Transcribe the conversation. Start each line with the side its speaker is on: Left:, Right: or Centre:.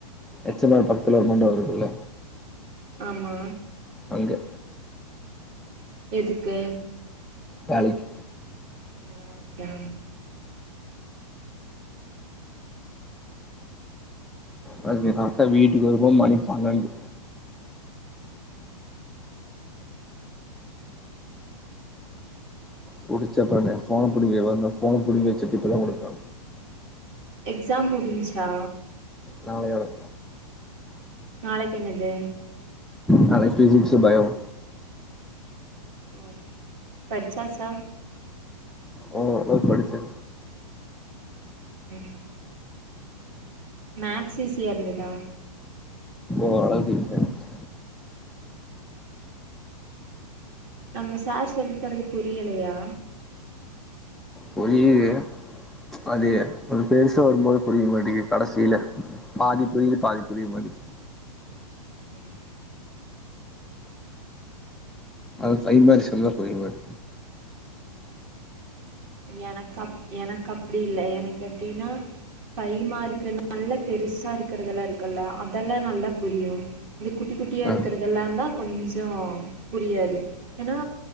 Centre: ஹெச் எம் ஆர் பக்கத்துல ஒரு மண்டபோ இருக்குல்ல
Right: ஆமா
Centre: அங்க
Right: எதுக்கு
Centre: வேலைக்
Right: ஓ வேலைக்கா
Centre: அனைக் எங்க அத்த வீட்டுக்கு வரும் போது மணி பண்ணெண்டு புடிச்ச அப்பறமே ஃபோன புடிங்க <unintelligible> ஃபோன புடிங்கி வச்சிட்டு இப்பதா குடுத்தா
Right: எக்ஸாம் முடிஞ்ச்சா
Centre: நாளையோட
Right: நாளைக்கு என்னது
Centre: நாளைக்கு ஃபிஷிக்சு பயோவு
Right: ம் படிச்சாச்சா
Centre: ம் ஓரளவுக்கு படிச்சே
Right: ம் ம் மேக்ஸ் ஈஸியா இருந்ததா
Centre: ஓரளவுக்கு ஈசியா இருந்துச்
Right: நம்ம சார் சொல்த்தறது புரியலையா
Centre: புரியுது அது ஒன்னு பெருசா வரும்போது புரிய மாட்டங்குது கடைசில பாதி புரியிது பாதி புரிய மாட்டகுது
Right: ம் ம்
Centre: அது ஃபை மார்க்ஸ் வந்தா புரிய மாட்
Right: எனக்கு அப் எனக்கு அப்டி இல்ல எனக்கு எப்டின்னா ஃபைவ் மார்க்கு நல்லா பெருசா இருக்கறதெல்லா இருக்குல்ல அதெல்லா நல்லா புரியு இது குட்டி குட்டியா இருக்கறதெல்லாந்தா
Centre: ஆ
Right: கொஞ்சோ புரியாது ஏன்னா